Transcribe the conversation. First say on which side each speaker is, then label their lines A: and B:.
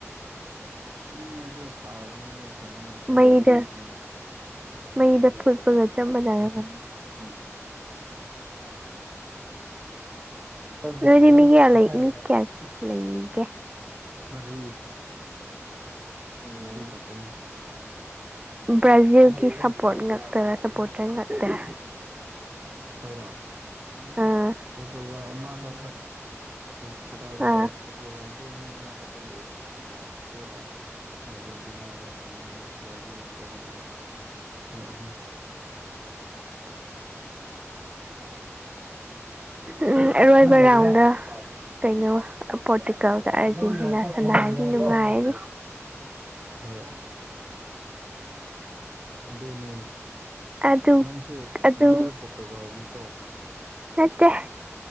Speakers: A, on the right (about 45°); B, on the right (about 25°).
A: ꯆꯤꯡꯗꯁꯨ ꯁꯥꯕꯅꯤꯅꯦ ꯀꯩꯅꯣ ꯃꯇꯝꯅꯤꯅ
B: ꯃꯩꯗ ꯃꯩꯗ ꯐꯨꯞꯄꯒ ꯆꯞ ꯃꯅꯔ‌ꯝꯃꯅꯤ
A: ꯎꯝ
B: ꯑꯗꯨꯗꯤ ꯃꯤ ꯀꯌꯥ ꯂꯩ ꯃꯤ ꯀꯌꯥ ꯂꯩꯒꯦ
A: ꯃꯔꯤ
B: ꯎꯝ
A: ꯃꯔꯤ ꯈꯛꯇꯅꯤ
B: ꯕ꯭ꯔꯥꯖꯤꯜꯒꯤ ꯁꯞꯄꯣꯔꯠ ꯉꯇꯔ ꯁꯄꯣꯔꯇꯔ ꯉꯥꯛꯇꯔꯥ
A: ꯑꯩꯈꯣꯏꯔꯣ ꯅꯠꯇꯦ
B: ꯑꯥ
A: ꯄꯔꯇꯨꯒꯜ <unintelligible>
B: ꯑꯥ
A: ꯃꯤ ꯑꯃ ꯈꯛꯇ ꯂꯩꯌꯦ <inaudible> ꯑꯔꯖꯦꯟꯇꯤꯅꯥꯒ ꯀꯩꯅꯣ ꯕ꯭ꯔꯥꯖꯤꯜ ꯁꯄꯦꯟꯒꯤ ꯃꯤ ꯑꯍꯨꯝ
B: ꯎꯝ ꯑꯔꯣꯏꯕ ꯔꯥꯎꯟꯗ ꯀꯩꯅꯣ ꯄꯣꯔꯇꯨꯀꯜꯒ ꯑꯥꯔꯖꯦꯟꯇꯤꯅꯥ ꯁꯅꯥꯥꯏꯒꯤ ꯅꯨꯡꯉꯥꯏꯔꯅꯤ
A: ꯍꯣꯏ ꯑꯗꯨꯅꯤ
B: ꯑꯗꯨ
A: ꯅꯪꯁꯨ
B: ꯑꯗꯨ
A: ꯅꯪꯁꯨ ꯄꯔꯇꯨꯒꯜꯅꯤ ꯀꯣ
B: ꯅꯠꯇꯦ